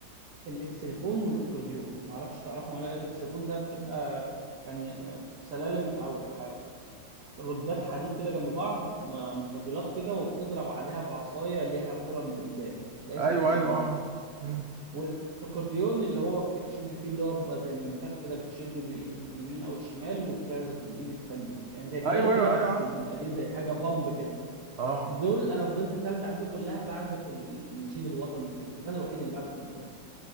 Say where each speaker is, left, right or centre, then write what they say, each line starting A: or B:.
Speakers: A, on the right (about 50°); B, on the right (about 80°).
A: الإكسليفون والإكورديون معرفش تعرفهم ولا لأ، الإكسليفون ده بتبقى يعني سلالم أو ح- ردات حديد كده جنب بعض م- مستطيلات كده وبتضرب عليها بعصاية ليها كرة من قدام ده اسمه
B: أيوه
A: إكسليفون
B: أيوه مم.
A: والاكورديون اللي هو بتشد فيه اللي هو بيبقى زي المنفخ كده بتشده بالايدك اليمين او الشمال وبتعزف بالايد التانية يعني زي البيانو
B: أيوه
A: كده
B: أيوه
A: بس
B: أيوه عارفه
A: بيبقى ليه زي حاجه بامب كده
B: أه
A: دول انا فضلت تالتة اعدادي كلها بعزف النشيد الوطني في كنت انا الوحيد اللي بعزف في المدرسه